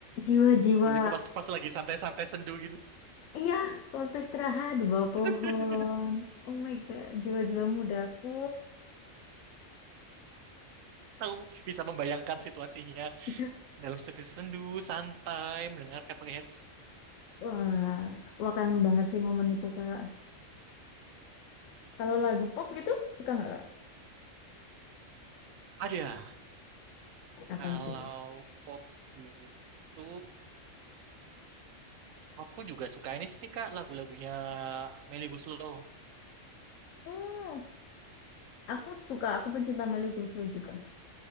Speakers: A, on the left; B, on the right.
A: jiwa-jiwa
B: Beliku pas pas lagi santai-santai sendu gitu.
A: iya waktu istirahat di bawah
B: <laughs>
A: pohon oh my god jiwa-jiwa mudaku
B: Aku bisa membayangkan situasinya
A: Iya.
B: dalam situasi sendu, santai, mendengarkan pakai headset.
A: Wah, wah kangen banget sih momen itu, Kak. Kalau lagu pop gitu, suka nggak, Kak?
B: Ada,
A: Apa
B: Kalau
A: itu?
B: pop gitu, aku juga suka ini sih Kak, lagu-lagunya Melly Goeslaw.
A: Hmm, aku suka, aku pencinta Melly Goeslaw juga.